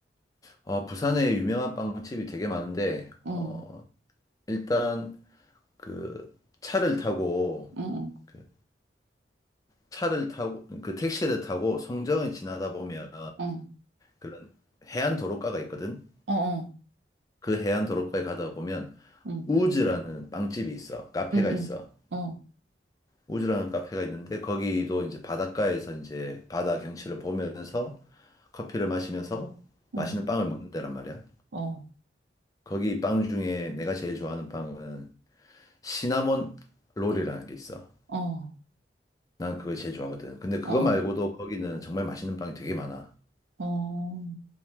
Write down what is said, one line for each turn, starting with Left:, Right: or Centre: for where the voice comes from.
Left: 어, 부산에 유명한 빵집이 되게 많은데,
Right: 응,
Left: 어, 일단 그 차를 타고,
Right: 응,
Left: 그 차를 타고, 그 택시를 타고 송정을 지나다 보면
Right: 응,
Left: 그런 해안 도로가가 있거든?
Right: 응, 어, 어,
Left: 그 해안 도로가에 가다 보면
Right: 응,
Left: 우즈라는 빵집이 있어. 카페가
Right: 응, 응,
Left: 있어.
Right: 어,
Left: 우즈라는 카페가 있는데 거기도 이제 바닷가에서 이제 바다 경치를 보면서 커피를 마시면서
Right: 응,
Left: 맛있는 빵을 먹는 데란 말이야.
Right: 어,
Left: 거기 빵 중에 내가 제일 좋아하는 빵은 시나몬 롤이라는 게 있어.
Right: 어,
Left: 난 그걸 제일 좋아하거든. 근데 그거
Right: 어,
Left: 말고도 거기는 정말 맛있는 빵이 되게 많아.
Right: 어, 어.